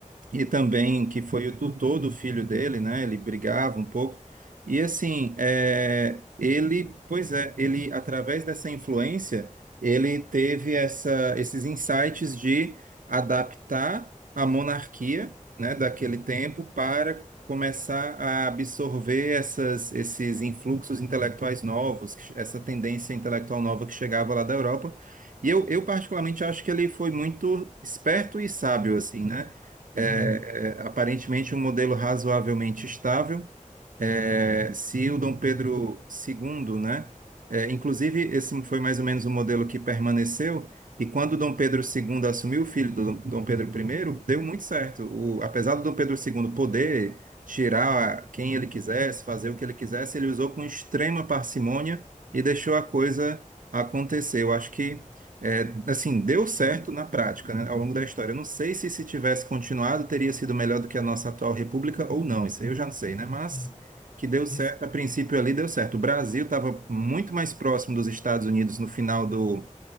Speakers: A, on the right; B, on the left.
A: e também que foi o tutor do filho dele, né? Ele brigava um pouco. E assim, é, ele, pois é, ele através dessa influência, ele teve essa, esses insights de adaptar a monarquia, né, daquele tempo para começar a absorver essas, esses influxos intelectuais novos, que- essa tendência intelectual nova que chegava lá da Europa. E eu, eu particularmente acho que ele foi muito esperto e sábio, assim, né? é,
B: uhum,
A: é, aparentemente um modelo razoavelmente estável, é, se o Dom Pedro II, né? é, inclusive, esse foi mais ou menos o modelo que permaneceu, e quando o Dom Pedro II assumiu o filho do Dom Dom Pedro I, deu muito certo. O- apesar do Dom Pedro II poder tirar quem ele quisesse, fazer o que ele quisesse, ele usou com extrema parcimônia e deixou a coisa acontecer. Eu acho que, é, assim, deu certo na prática, né, ao longo da história. Eu não sei se se tivesse continuado, teria sido melhor do que a nossa atual república ou não, isso aí eu já não sei, né? Mas
B: sim.
A: que deu certo,
B: Isso,
A: a princípio ali deu certo. O Brasil estava muito mais próximo dos Estados Unidos no final do,